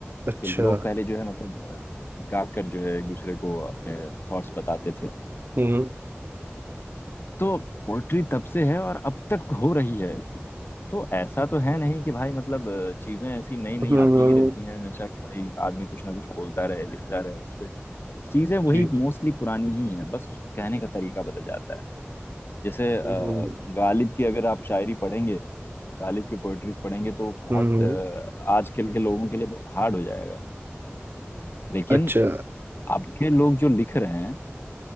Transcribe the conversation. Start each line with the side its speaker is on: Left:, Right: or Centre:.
Right: अच्छा
Left: कि लोग पहले जो है मतलब अ, गाकर जो है एक दूसरे को अपने थॉट्स बताते थे
Right: हम्म
Left: तो पोइट्री तब से है और अब तक हो रही है तो ऐसा तो है नहीं कि भाई मतलब अ, चीजें ऐसी नई नई
Right: हम्म
Left: आती ही रहती हैं हमेशा कि भाई आदमी कुछ ना कुछ बोलता रहे लिखता रहे उस पे चीजें वही
Right: ठीक
Left: मोस्टली पुरानी ही हैं बस उसको कहने का तरीका बदल जाता है जैसे अ,
Right: हम्म
Left: गालिब की अगर आप शायरी पढ़ेंगे गालिब की पोइट्रीज पढ़ेंगे तो बहुत
Right: हम्म,
Left: अ, आजकल के लोगों के लिए बहुत हार्ड हो जाएगा लेकिन
Right: अच्छा
Left: अब के लोग जो लिख रहे हैं